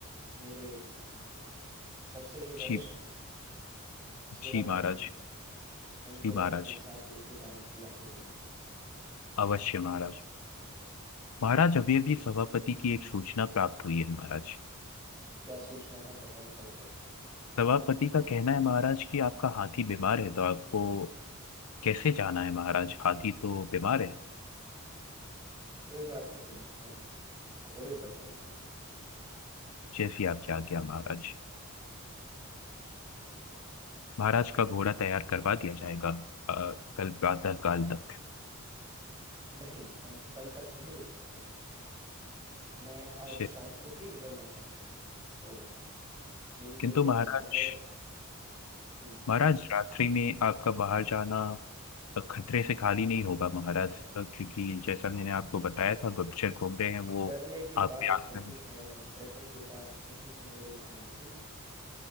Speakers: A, on the right; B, on the left.
A: मेरे सबसे जो वरिष्ठ
B: जी
A: सेनापति
B: जी महाराज
A: हैं उनको
B: जी महाराज
A: मैं अपने साथ लेके जाने की आज्ञा देता
B: अवश्य महाराज महाराज अभी अभी सभापति की एक सूचना प्राप्त हुई है महाराज
A: क्या सूचना है पता है पढ़कर
B: सभापति का कहना है महाराज कि आपका हाथी बीमार है तो आपको कैसे जाना है महाराज हाथी तो बीमार है
A: कोई बात नहीं हम घोड़े पर जाएंगे
B: जैसी आपकी आज्ञा महाराज महाराज का घोड़ा तैयार करवा दिया जाएगा अ, कल प्रातः काल तक
A: नहीं हम कल तक नहीं रुक सकते मैं आज
B: शे-
A: शाम को ही निकलना चाहूंगा तो मेरी
B: किंतु
A: जो व्यवस्था
B: महाराज
A: है हम्म,
B: महाराज रात्रि में आपका बाहर जाना अ, खतरे से खाली नहीं होगा महाराज अ, क्योंकि जैसा मैंने आपको बताया था गुप्तचर घूम रहे हैं वो
A: डरने की
B: आप
A: बात
B: पे आक्रमण
A: नहीं है डरने की बात नहीं है मेरे महामंत्री